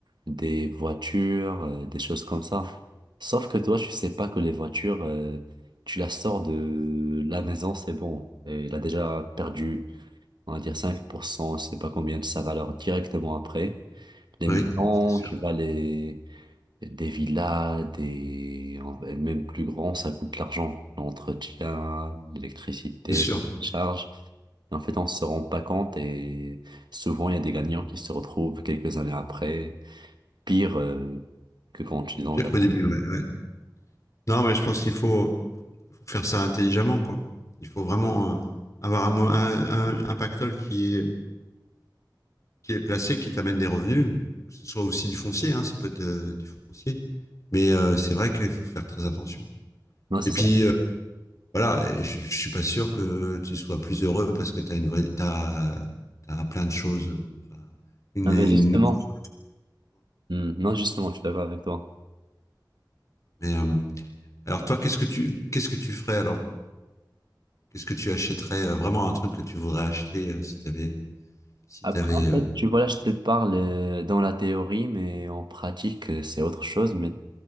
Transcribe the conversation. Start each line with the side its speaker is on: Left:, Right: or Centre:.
Right: des voitures, euh, des choses comme ça. Sauf que toi, tu sais pas que les voitures, euh, tu la sors de la maison, c'est bon. Et elle a déjà perdu, on va dire, 5%, je sais pas combien de sa valeur directement après. Les
Left: oui
Right: maisons,
Left: c'est sûr
Right: tu vas les, des villas, des en- même plus grands, ça coûte de l'argent. L'entretien, l'électricité,
Left: c'est sûr
Right: les charges. Et en fait, on se rend pas compte et souvent, il y a des gagnants qui se retrouvent quelques années après, pire euh, que quand ils ont
Left: pire
Right: gagné.
Left: qu'au début ouais, ouais. Non, mais je pense qu'il faut, faut faire ça intelligemment, quoi. Il faut vraiment euh, avoir un, mo- un, un, un pactole qui est, qui est placé, qui t'amène des revenus, que ce soit aussi du foncier, hein, ça peut être euh, du foncier. Mais euh, c'est vrai qu'il faut faire très attention.
Right: Non, c'est
Left: Et puis,
Right: ça.
Left: euh, voilà, je, je suis pas sûr que tu sois plus heureux parce que tu as une vraie, t'as, t'as plein de choses, euh, enfin, une,
Right: Non,
Left: une,
Right: mais justement,
Left: grosse
Right: Hmm, non, justement, je suis d'accord avec toi.
Left: Mais, euh, alors toi, qu'est-ce que tu, qu'est-ce que tu ferais alors? Qu'est-ce que tu achèterais, euh, vraiment un truc que tu voudrais acheter euh, si tu avais Si
Right: Après,
Left: t'avais,
Right: en
Left: euh,
Right: fait, tu vois, là, je te parle euh, dans la théorie, mais en pratique, euh, c'est autre chose. Mais